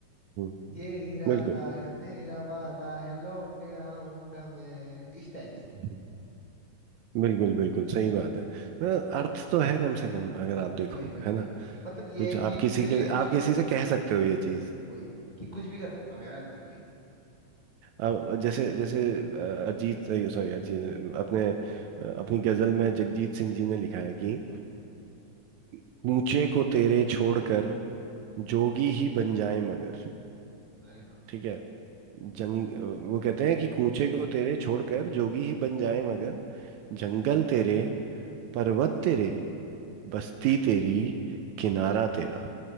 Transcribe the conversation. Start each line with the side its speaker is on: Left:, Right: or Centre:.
Right: हम्म,
Left: ये इरादा
Right: बिल्कुल
Left: है मेरा वादा है लौट आऊंगा मैं इस टाइप से
Right: हम्म, बिल्कुल बिल्कुल सही बात है हाँ, अर्थ तो है कम से कम अगर आप देखो
Left: वही वही
Right: है
Left: वही
Right: ना
Left: मतलब ये
Right: कुछ
Left: है कि
Right: आप
Left: तेरे
Right: किसी
Left: लिए
Right: के
Left: कुछ
Right: आप
Left: करूंगा
Right: किसी से कह सकते हो ये चीज
Left: वही कि कुछ भी कर सकता हूँ यार तेरे लिए
Right: अब जैसे जैसे अ, अरिजीत सॉरी अरिजीत अपने अ, अपनी गजल में जगजीत सिंह जी ने लिखा है कि अ, कूचे को तेरे छोड़कर जोगी ही बन जाए मगर
Left: अरे वाह
Right: ठीक है जंग अ, वो कहते हैं कि कूचे को तेरे छोड़कर जोगी ही बन जाए मगर जंगल तेरे पर्वत तेरे बस्ती तेरी किनारा तेरा